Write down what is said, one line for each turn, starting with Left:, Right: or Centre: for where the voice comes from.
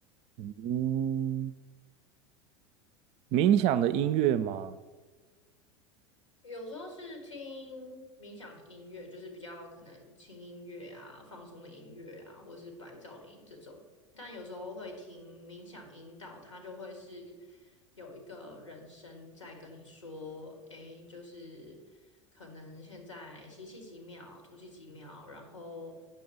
Right: 嗯，冥想的音乐吗？
Left: 有时候是听冥想的音乐，就是比较可能轻音乐啊、放松的音乐啊，或是白噪音这种。但有时候会听冥想引导，它就会是有一个人声在跟你说，诶，就是可能现在吸气几秒，吐气几秒，然后